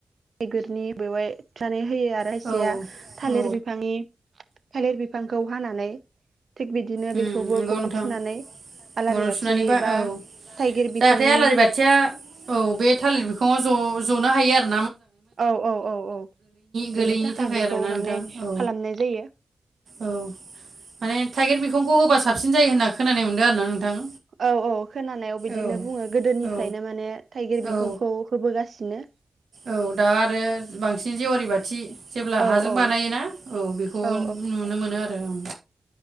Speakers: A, on the right; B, on the right.
A: गोरनि बेवहाय <unintelligible> होयो आरो खायसेया
B: औ
A: थालिर
B: औ
A: बिफांनि थालिर बिफांखौ हानानै थिग बिदिनो
B: उम
A: बेखौबो
B: नंगौ
A: गनाव
B: नोंथां
A: थुनानै आलारि
B: अराव
A: बाथि
B: सुनानै बा औ
A: थाइगिर बिखंनि
B: जाहाथे आलारि बाथिया औ बे थालिर बिखङाव ज-जनो हायो आरो
A: औ औ औ औ
B: गोलैनि
A: बेनि थाखाय बेखौ
B: आरोना नोंथां
A: माने खालामनाय
B: औ
A: जायो <inaudible>
B: औ माने थाइगिर बिखंखौ होबा साबसिन जायो होनना खोनानाय मोनदों आरोना नोंथां
A: औ औ खोनानायाव बिदिनो
B: औ
A: बुङो गोदोनिफ्रायनो
B: औ
A: माने थाइगिर बिखंखौ
B: औ
A: होबोगासिनो
B: औ दा आरो बांसिन जेवारि बाथि जेब्ला
A: औ
B: हाजों
A: औ
B: बानायोना औ बेखौ
A: औ
B: नुनो मोनो आरो औ